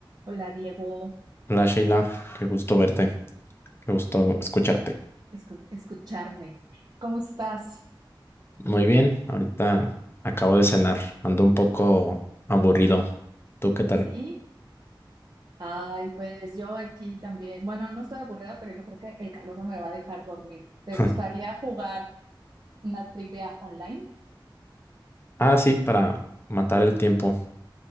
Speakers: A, on the right; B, on the left.
A: Hola Diego,
B: Hola Sheila, qué gusto verte, qué gusto escucharte.
A: escu- escucharme. ¿Cómo estás?
B: Muy bien, ahorita acabo de cenar, ando un poco aburrido. ¿Tú qué tal?
A: Sí. Ay, pues yo aquí también. Bueno, no estoy aburrida, pero yo creo que el calor no me va a dejar dormir. ¿Te
B: <laughs>
A: gustaría jugar una trivia online?
B: Ah, sí, para matar el tiempo,